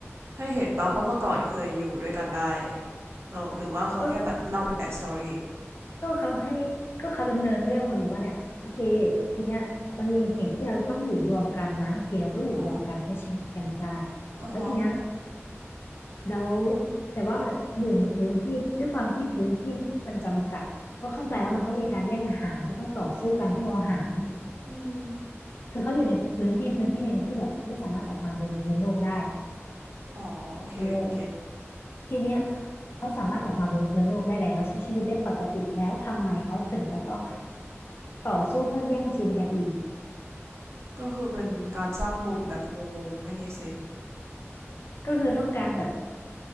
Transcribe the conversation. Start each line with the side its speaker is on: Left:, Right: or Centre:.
Right: ให้เห็นเปล่างว่าเมื่อก่อนเคยอยู่ด้วยกันได้แล้วหรือว่าเขาแค่แบบเล่าเป็นแบ็กสตอรี่
Left: ก็ก็เขาให้ก็เขาดำเนินเรื่องมาเลยว่าเนี่ยโอเคทีเนี้ยมันมีเหตุที่เราจะต้องอยู่รวมกันนะโอเคเราก็อยู่รวมกันใช้ชีวิตกันได้
Right: อ๋ออ๋อฮะ
Left: แล้วทีเนี้ย แล้วแต่ว่าอยู่ในพื้นที่ด้วยความที่พื้นที่มันจำกัดก็เข้าใจว่ามันต้องมีการแย่งอาหารก็ต้องต่อสู้กันเพื่อเอาอาหาร
Right: อืมอืม
Left: คือเขาอยู่ในพื้นที่พื้นที่หนึ่งที่แบบไม่สามารถออกมาบนพื้นโลกได้
Right: อ๋อโอเคเก็ต
Left: เออทีเนี้ยเขาสามารถออกมาบนพื้นโลกได้แล้วใช้ชีวิตได้ปกติแล้วทำไมเขาถึงจะต้องต่อสู้เพื่อแย่งชิงกันอีก
Right: ก็คือเป็นการสร้างปมแบบงงๆไม่ make sense
Left: ก็คือต้องการแบบ